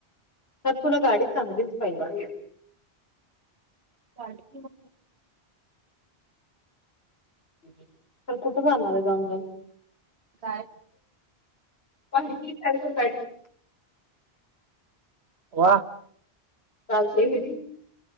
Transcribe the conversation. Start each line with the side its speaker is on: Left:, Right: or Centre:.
Left: तर तुला गाडी चांगलीच पाहिजे.
Right: गाडी घे मग.
Left: तर कुठे जाणार आहे जाऊन जाऊन.
Right: काय.
Left: काय तर सारखं <unintelligible>
Right: वा
Left: चालतय की